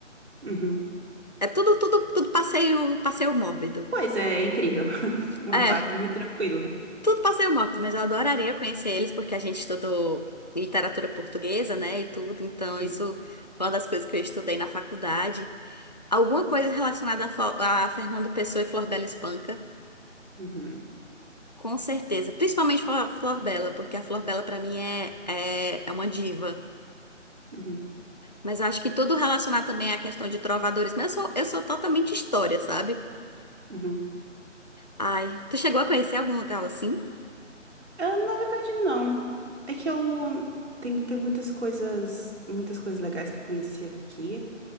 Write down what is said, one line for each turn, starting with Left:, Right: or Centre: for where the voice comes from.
Right: uhum.
Left: É tudo, tudo, tudo passeio, passeio mórbido.
Right: Pois é, é incrível. <laughs> Uma
Left: É,
Right: vibe muito tranquila.
Left: tudo passeio mórbido, mas eu adoraria conhecer eles, porque a gente estudou literatura portuguesa, né, e tudo. Então,
Right: Uhum,
Left: isso foi uma das coisas que eu estudei na faculdade. Alguma coisa relacionada a, Fo- a Fernando Pessoa e Flor Bela Espanca.
Right: uhum,
Left: Com certeza. Principalmente a Flor Bela, porque a Flor Bela, pra mim, é, é, é uma diva.
Right: uhum,
Left: Mas eu acho que tudo relacionar também à questão de trovadores. Mas eu sou, eu sou totalmente história, sabe?
Right: uhum.
Left: Ai, tu chegou a conhecer algum lugar assim?
Right: Ah, na verdade, não. É que eu. Tem, tem muitas coisas, muitas coisas legais que eu conheci aqui.